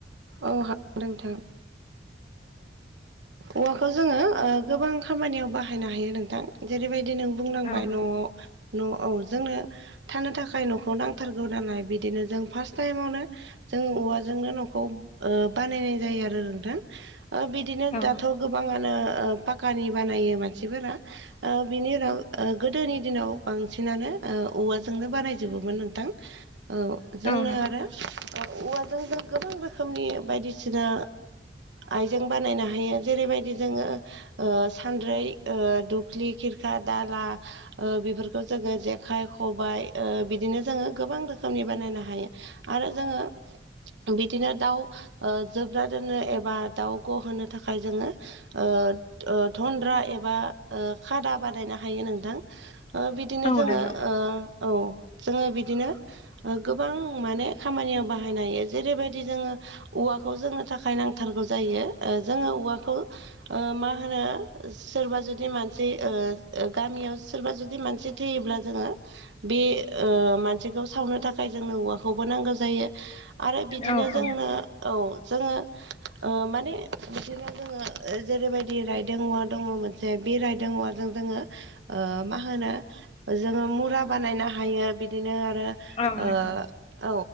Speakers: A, on the right; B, on the left.
A: औ हागोन नोंथां। औवाखौ जोङो गोबां खामानियाव बाहायनो हायो नोंथां। जेरैबायदि नों बुंलांबाय
B: औ
A: न'आव न'आव जोंनो थानो थाखाय न'खौ नांथारगौ नालाय बिदिनो जों फार्स्ट टाइमावनो जों औवाजोंनो न'खौ बानायनाय जायो आरो नोंथां बिदिनो
B: औ
A: दाथ' गोबाङानो पाखानि बानायो मानसिफोरा बिनि उनाव गोदोनि दिनाव बांसिनानो औवाजोंनो बानायजोबोमोन नोंथां। जोंनो
B: औ नंगौ
A: आरो औवाजों जों गोबां रोखोमनि। बायदिसिना आइजें बानायनो हायो जेरैबायदि जोङो। सानद्रै दुबख्लि खिरखा दाला बेफोरखौ जोङो जेखाइ खबाय बिदिनो जोङो गोबां रोखोमनि बानायनो हायो। आरो जोङो बिदिनो दाउ ओ जोबना दोननो एबा दाउग' होनोनो थाखाय जोङो ओ थन्द्रा एबा खादा बादायनो हायो नोंथां। बिदिनो
B: औ
A: जोङो
B: नंगौ
A: औ जोङो बिदिनो गोबां माने खामानियाव बाहायनो हायो जेरैबायदि जोङो औवाखौ जोंनो थाखाय नांथारगौ जायो जोङो औवाखौ मा होनो सोरबा जुदि मानसि गामियाव सोरबा जुदि मानसि थैयोब्ला जोङो बे मानसिखौ सावनो थाखाय जोंनो औवाखौबो नांगौ जायो। आरो बिदिनो
B: औ
A: जोंनो
B: औ
A: औ जोङो ओ माने बिदिनो जोङो जेरैबायदि रायदों औवा दङ जे बे रायदों औवाजों जोङो ओ मा होनो जोङो मुरा बानायनो हायो बिदिनो आरो
B: औ
A: ओ
B: नंगौ
A: औ